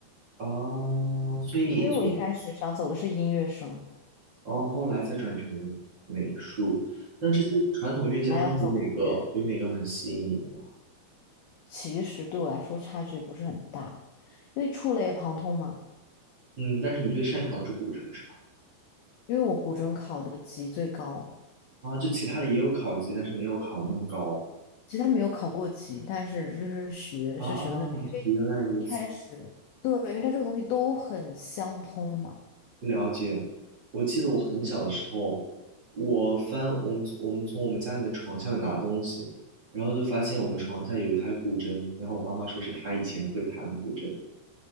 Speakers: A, on the right (about 30°); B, on the left (about 80°).
A: 啊，所以你
B: 因为我一开始想走的是音乐生，
A: 哦，后来才转成美术。那这些传统乐器当中有哪个有哪个很吸引你的吗？
B: 本来要走音乐，其实对我来说差距不是很大，因为触类旁通嘛。
A: 嗯，但是你最擅长的是古筝是吧？
B: 因为我古筝考的级最高，
A: 啊，就其他的也有考级，但是没有考那么高。
B: 其实他没有考过级，但是就是学是学的那个，
A: 啊，
B: 因为一开始对，
A: 原来如此。
B: 因为它这个东西都很相通嘛。
A: 了解，我记得我很小的时候，我翻我们我们从我们家里面床下面拿东西，然后就发现我们床下有一台古筝，然后我妈妈说是她以前会弹古筝，